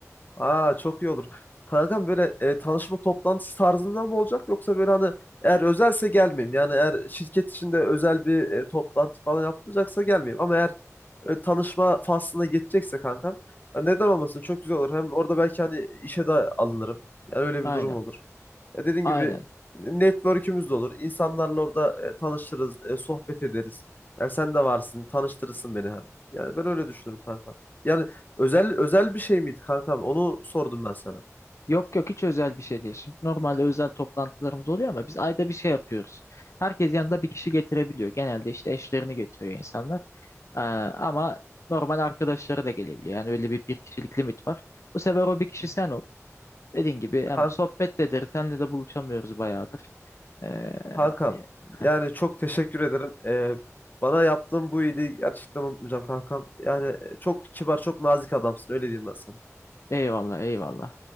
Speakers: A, on the left; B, on the left.
A: Aa çok iyi olur. Kankam böyle e, tanışma toplantısı tarzında mı olacak yoksa böyle hani eğer özelse gelmeyeyim. Yani eğer şirket içinde özel bir e, toplantı falan yapılacaksa gelmeyeyim. Ama eğer e, tanışma faslına geçecekse kankam ya neden olmasın çok güzel olur. Hem orada belki hani işe de alınırım. Yani öyle
B: Aynen.
A: bir durum olur. Ya dediğim
B: Aynen.
A: gibi network'ümüz de olur. İnsanlarla orada e, tanışırız, e, sohbet ederiz. Yani sen de varsın, tanıştırırsın beni hem. Yani ben öyle düşünürüm kanka. Yani Özel özel bir şey miydi kankam? Onu sordum ben sana.
B: Yok yok hiç özel bir şey değil. Şimdi normalde özel toplantılarımız oluyor ama biz ayda bir şey yapıyoruz. Herkes yanında bir kişi getirebiliyor. Genelde işte eşlerini getiriyor insanlar. Ee, ama normal arkadaşları da gelebiliyor. Yani öyle bir bir kişilik limit var. Bu sefer o bir kişi
A: Hı hı.
B: sen ol. Dediğin gibi hem
A: Kan-
B: sohbet de ederiz. Senle de buluşamıyoruz bayağıdır. Ee,
A: Kankam,
B: <laughs>
A: yani çok teşekkür ederim. Ee, bana yaptığın bu iyiliği gerçekten unutmayacağım kankam. Yani e, çok kibar, çok nazik adamsın. Öyle diyeyim ben sana.
B: Eyvallah eyvallah.